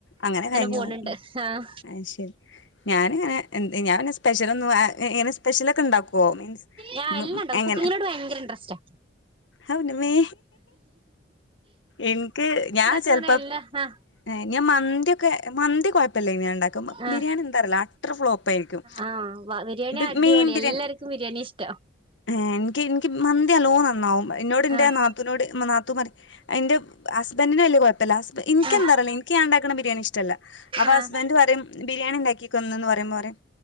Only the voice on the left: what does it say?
അങ്ങനെ കഴിഞ്ഞു
പോവും
അത് ശരി ഞാനിങ്ങനെ എന്ത് ഞാൻന്നെ സ്പെഷ്യൽ ഒന്നും <unintelligible> ഇങ്ങനെ സ്പെഷ്യലൊക്കെ ഇണ്ടാക്കോ മീൻസ്
എങ്ങനെ
അൗ ൻ്റെ മ്മേ ഇൻക്ക് ഞാൻ ചെലപ്പം
ഏഹ് ഞാൻ മന്തി ഒക്കെ മന്തി കൊഴ്പ്പല്ലേ ഞാ ഇണ്ടാക്കും
ബിരിയാണി എന്താറില്ല <unintelligible> ഫ്ളോപ്പായിരിക്കും
ഇത്
മീൻ ബിയാണി
ഏഹ് ഇൻക്ക് ഇൻക്ക് മന്തി അല്ലോ നന്നാവും എന്നോട്ന്റെ
നാ ത്തൂനോട് നാത്തു പറയും അയ്ന്റെ ഹസ്ബന്ഡിന് വല്ല്യ കൊഴ് <unintelligible> ഇൻക്ക്
എന്താറില്ല ഇൻക്ക് ഞാണ്ടാക്ക്ണ ബിരിയാണി ഇഷ്ടല്ല അപ്പൊ
ഹസ്ബൻഡ് പറയും ബിരിയാണി ഇണ്ടാക്കിക്കോന്നന്ന് പറയുമ്പൊ പറിം